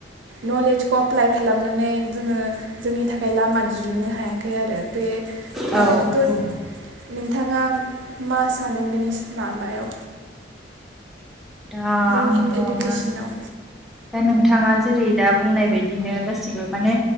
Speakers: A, on the right; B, in the centre.
A: नलेजखौ अप्लाइ खालामनानै जोङो जोंनि थाखाय लामा दिरुननो हायाखै आरो। बे
B: औ
A: आरोथ' नों थाङा मा सानो बिनिस माबायाव?
B: दा
A: जोंनि
B: आंथ
A: इडुकेसनाव
B: मास दा नों थांङा जेरै दा बुंनाय बायदिनो गासिबो माने